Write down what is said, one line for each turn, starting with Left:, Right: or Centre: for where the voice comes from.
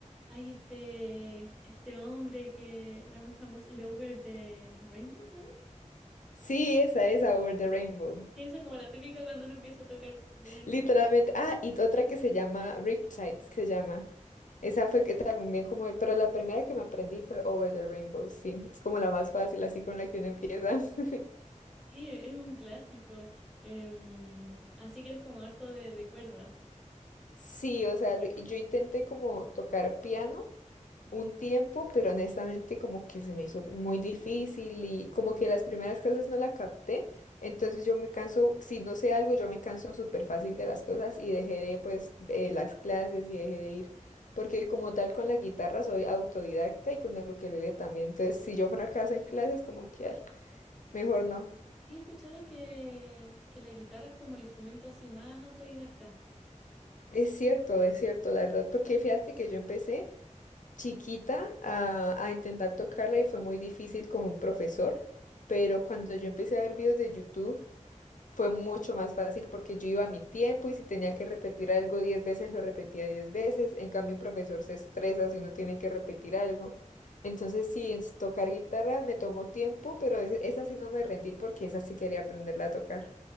Centre: ay, este, este hombre que era muy famoso, el de Over the Rainbow, ¿se llama?
Left: Sí, esa es Over the Rainbow.
Centre: Y esa es como la típica cuando uno empieza a tocar ukelele.
Left: Literalmente. Ah, y otra que se llama Riptides, que se llama. Esa fue que también como, el- pero la primera que me aprendí fue Over the Rainbow, sí. Es como la más fácil, así con la que uno empieza. <laughs>
Centre: Sí, e- es un clásico. Em, así que eres como harto de, de cuerdas.
Left: Sí, o sea, lo- yo intenté como tocar piano. un tiempo, pero honestamente como que se me hizo muy difícil y como que las primeras clases no la capté, entonces yo me canso, si no sé algo, yo me canso súper fácil de las cosas y dejé de pues de las clases y dejé de ir, porque como tal con la guitarra soy autodidacta y con el ukelele también, entonces si yo fracaso en clases como que ay, mejor no.
Centre: Y he escuchado que, que la guitarra es como el instrumento así más autodidacta.
Left: Es cierto, es cierto, la verdad, porque fíjate que yo empecé chiquita a, a intentar tocarla y fue muy difícil con un profesor, pero cuando yo empecé a ver videos de YouTube fue mucho más fácil porque yo iba a mi tiempo y si tenía que repetir algo 10 veces, lo repetía 10 veces. En cambio, un profesor se estresa si uno tiene que repetir algo. Entonces, sí, es- tocar guitarra me tomó tiempo, pero es- esa sí no me rendí porque esa sí quería aprenderla a tocar.